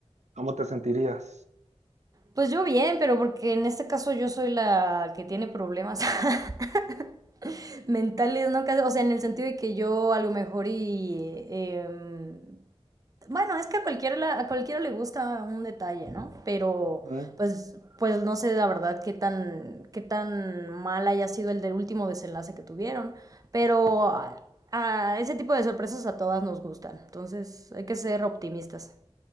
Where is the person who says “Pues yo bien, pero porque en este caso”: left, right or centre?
Right